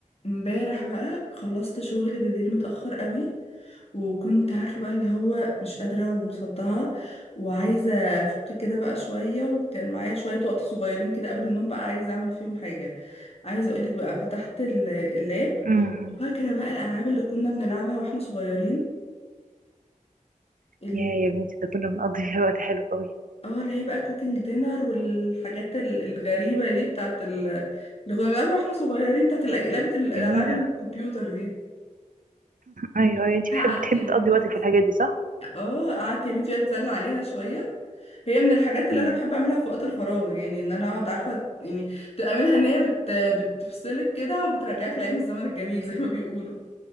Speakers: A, on the left (about 45°); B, on the right (about 80°).
A: امبارح بقى خلصت شغل بالليل متأخر قوي وكنت عارفة بقى اللي هو مش قادرة ومصدعة وعايزة أفك كده بقى شوية وكان معايا شوية وقت صغيرين كده قبل النوم بقى عايزة أعمل فيهم حاجة عايزة أقولك بقى فتحت ال- اللاب
B: امم
A: وفاكرة بقى الألعاب اللي كنا بنلعبها واحنا صغيرين ال...
B: يا يا بنتي ده كنا بنقضي فيها وقت حلو قوي
A: اه اللي هي بقى كوكينج دينر والحاجات ال- الغريبة دي بتاعت ال... اللي كنا بنلعبها واحنا صغيرين بتاعت الأج- لعبة الألعاب
B: جميلة
A: الكمبيوتر دي
B: ايوه ايوه انت بتحبي
A: قعدت
B: بتحبي
A: يا
B: تقضي
A: بنتي
B: وقتك في الحاجات دي صح؟
A: اه قعدت يا بنتي بقى اتسلى عليها شويه هي من الحاجات اللي
B: مم.
A: انا بحب اعملها في وقت الفراغ يعني ان انا اقعد عارفه يعني تبقى منها ان هي بت... بتفصلك كده وبترجعك لايام الزمن الجميل زي ما بيقولوا